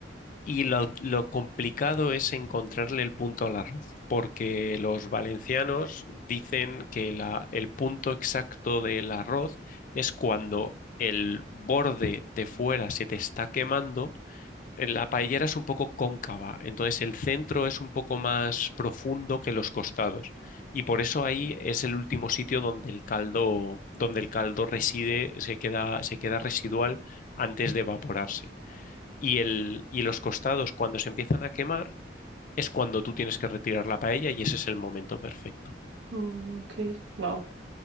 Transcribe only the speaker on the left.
y lo, lo complicado es encontrarle el punto al arroz, porque los valencianos dicen que la- el punto exacto del arroz es cuando el borde de fuera se te está quemando. Eh, La paellera es un poco cóncava, entonces el centro es un poco más profundo que los costados. Y por eso ahí es el último sitio donde el caldo, donde el caldo reside, se queda, se queda residual antes de evaporarse y, el, y los costados cuando se empiezan a quemar es cuando tú tienes que retirar la paella y ese es el momento perfecto.